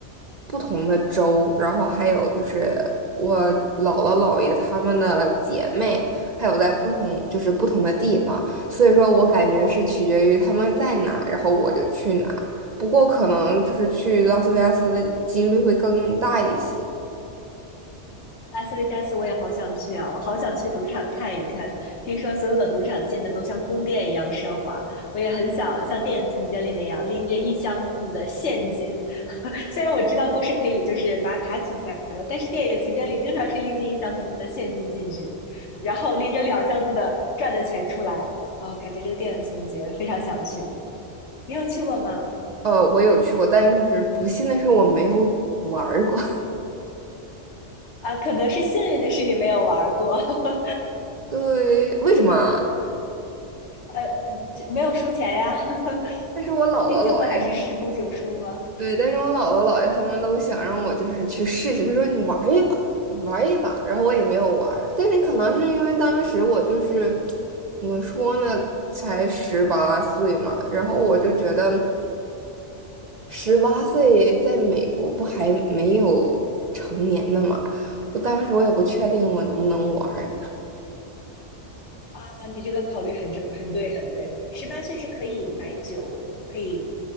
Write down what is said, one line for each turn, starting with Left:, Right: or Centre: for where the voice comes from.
Right: 不同的州，然后还有就是我姥姥姥爷他们的姐妹。还有在不同就是不同的地方，所以说我感觉是取决于他们在哪，然后我就去哪。不过可能就是去拉斯维加斯的几率会更大一些。
Left: 拉斯维加斯我也好想去啊，我好想去赌场看一看。听说所有的赌场建的都像宫殿一样奢华，我也很想像电影情节里那样拎着一箱子的现金。<laughs> 虽然我知道都是可以就是拿卡取钱的，但是电影情节里经常是拎着一箱子的现金进去，然后拎着两箱子的赚的钱出来。哦，感觉这个电影情节非常想去。你有去过吗？
Right: 呃，我有去过，但是不幸的是我没有玩儿过。
Left: 啊，可能是幸运的是你没有玩儿过。<laughs>
Right: <laughs> 对，为什么啊？
Left: 呃，这没有输钱呀，<laughs>
Right: 但是我姥姥姥爷。
Left: 毕竟不还是十赌九输吗？
Right: 对，但是我姥姥姥爷他们都想让我就是去试试，他说你玩儿一把，玩儿一把，然后我也没有玩儿但是可能是因为当时我就是怎么说呢，才十八岁嘛，然后我就觉得十八岁在美国不还没有成年呢嘛，我当时我也不确定我能不能玩儿
Left: 啊，你这个考虑很正，很对，很对。十八岁是可以买酒，可以